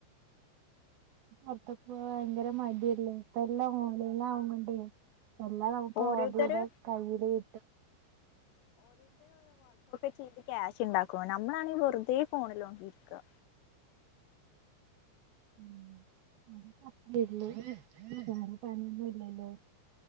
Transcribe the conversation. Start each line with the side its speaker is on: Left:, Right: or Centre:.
Right: അപ് അപ്പൊ ഭയങ്കര മടിയല്ലേ ഇപ്പ എല്ലാം ഓൺലൈൻ ആവണോണ്ട് എല്ലാം നമുക്ക്
Left: ഓരോരുത്തര്
Right: ഓടിടെ കയ്യില് ഇട്ട്
Left: ചേച്ചി ക്യാഷ് ഉണ്ടാക്കുവ നമ്മളാണെങ്ങ്കി വെറുതെ ഫോണില് നോക്കി ഇരിക്ക
Right: <unintelligible> പണിയൊന്നുല്ലല്ലോ